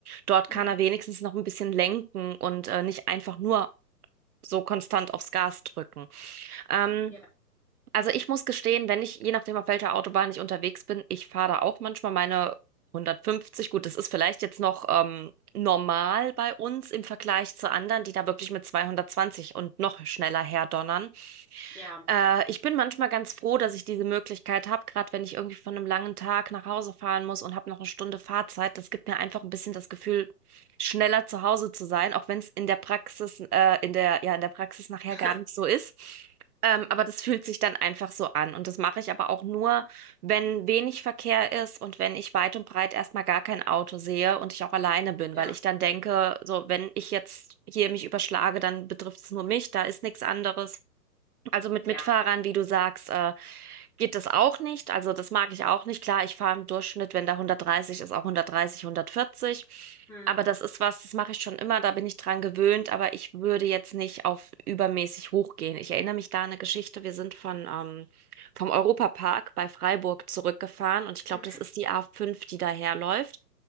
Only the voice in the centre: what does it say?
Mhm.
Ja,
ja,
<laughs>
ja,
ja.
Mhm.
Mhm.